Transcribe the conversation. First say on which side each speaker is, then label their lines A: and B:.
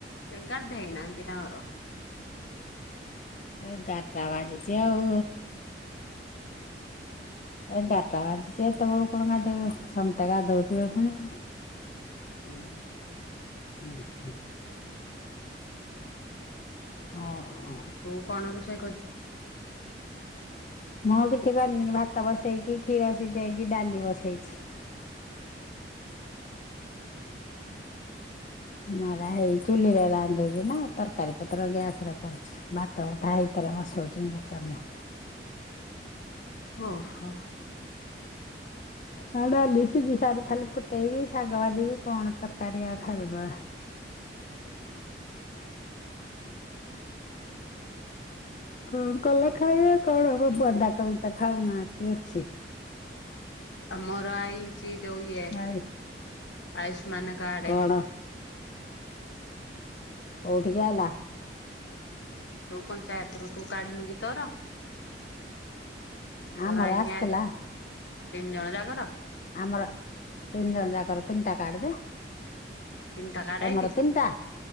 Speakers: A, on the left; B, on the left.
A: ଏଗାଦେଇନାହାନତି ତାଙ୍କର
B: ଏଗାରଟା ବାଜିଛି ଆଉ ଏ ଗାରଟା ବାଜିଛି ଏତେବେଳୁ କଣ ଗାଧେଇବେ ସମସ୍ତେ ଗାଧୋଉଥିବେ ପୁଣି
A: ହୁଁ।
B: ହୁଁ ହୁଁ। ଓଁ ହୋ।
A: ତୁ କଣ ରୋଷେଇ କରୁଛୁ।
B: ମୁଁ କିଛି କରିନି ଭାତ ବସେଇକି କ୍ଷୀର ସିଝେଇକି ଡାଲି ବସେଇଛି। ମରା ହେଇ ଚୁଲି ରେ ରାନ୍ଧୁଛି ନା ତରକାରୀ ପତ୍ର ଗ୍ୟାସ ର କରୁଛି ଭାତ ବଟା ହେଇତାର ବସଉଛି ଇଣ୍ଡକସନ ରେ।
A: ଓ ହୋ।
B: ହଁଡାଲି ସିଜି ସାରୁ ଖାଲି ଫୁଟେଇବି ଶାଗ ଭାଜିବି କଣ ତରକାରୀଆ ଖାଇବେ ବା କଣ କଲେ ଖାଇବେ କଣ ହବ ବନ୍ଧାକୋବି ତ ଖାଉନାହାନ୍ତି ଅଛି।
A: ଆଉ ମୋର ଆଇ ଚି ଯଉ ଏ
B: ଭାଇ
A: ଆୟୁଷ୍ମାନ କାର୍ଡ
B: କଣ କୋଉଠିକି ଆଲା।
A: ତୁ ପଞ୍ଚାୟତରୁ ତୁ କାଢିନୁକି ତୋର। ତୋରଆଇନି
B: ଆମର ଆସିଥିଲା
A: ଆସ ତିନି ଜଣ ଜାଗାର
B: ଆମର ତିନି ଜଣ ଯାକର ତିନିଟା କାର୍ଡ ଯେ।
A: ତିନିଟା କାର୍ଡ
B: ତମର
A: ଆଇଛି
B: ତିନିଟା